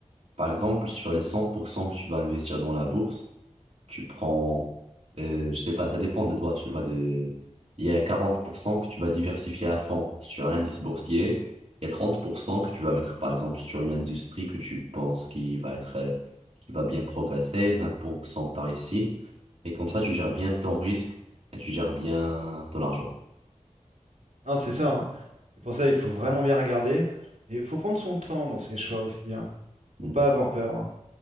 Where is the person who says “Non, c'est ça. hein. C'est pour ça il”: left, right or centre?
Right